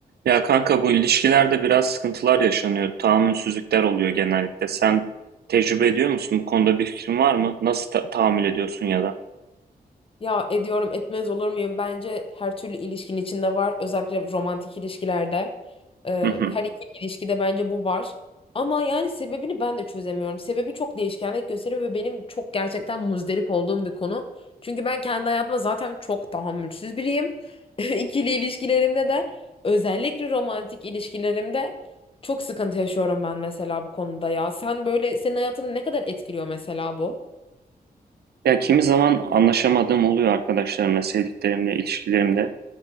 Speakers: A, on the right; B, on the left.
A: Ya kanka bu ilişkilerde biraz sıkıntılar yaşanıyor. Tahammülsüzlükler oluyor genellikle. Sen tecrübe ediyor musun? Bu konuda bir fikrin var mı? Nasıl ta- tahammül ediyorsun ya da?
B: Ya ediyorum etmez olur muyum? Bence her türlü ilişkinin içinde var. Özellikle romantik ilişkilerde. Ee,
A: Hı hı.
B: her iki ilişkide bence bu var. Ama yani sebebini ben de çözemiyorum. Sebebi çok değişkenlik gösteriyor ve benim çok gerçekten muzdarip olduğum bir konu. Çünkü ben kendi hayatıma zaten çok tahammülsüz biriyim. <laughs> İkili ilişkilerimde de özellikle romantik ilişkilerimde çok sıkıntı yaşıyorum ben mesela bu konuda ya. Sen böyle senin hayatını ne kadar etkiliyor mesela bu?
A: Ya kimi zaman anlaşamadığım oluyor arkadaşlarımla, sevdiklerimle, ilişkilerimde.